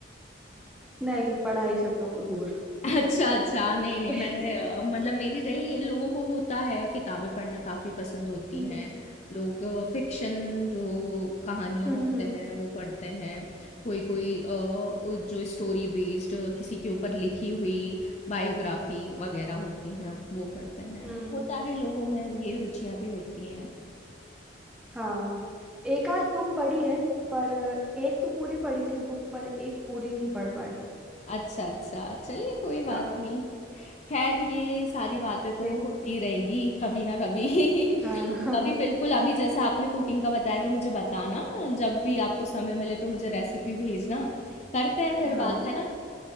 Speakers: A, in the centre; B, on the left.
A: <laughs> नहीं पढ़ाई से तो दूर
B: अच्छा, अच्छा। नहीं, नहीं
A: <laughs>
B: मैंने अ, मतलब मेरी रही है लोगों को होता है किताबें पढ़ना काफ़ी पसंद होती
A: हम्म
B: हैं। लोग फ़िक्शन जो कहानियाँ
A: हम्म
B: होते
A: हम्म
B: हैं वो पढ़ते हैं। कोई-कोई अ, उ जो स्टोरी बेस्ड किसी के ऊपर लिखी हुई बायोग्राफ़ी वग़ैरह होती हैं वो पढ़ते हैं।
A: हम्म।
B: होता है लोगों में ये रुचियाँ भी होती हैं।
A: हाँ एक आध बुक पढ़ी है पर एक तो पूरी पढ़ी थी बुक पर एक पूरी नहीं पढ़ पाए
B: अच्छा, अच्छा। चलिए कोई बात
A: हाँ
B: नहीं। खैर ये सारी बातें
A: ठीक
B: तो
A: है
B: होती रहेंगी कभी ना कभी <laughs>
A: हाँ हाँ
B: कभी बिल्कुल अभी जैसे आपने कुकिंग का बताया तो मुझे बताना जब भी आपको समय मिले तो मुझे रेसिपी भेजना करते हैं फिर
A: हाँ
B: बात है ना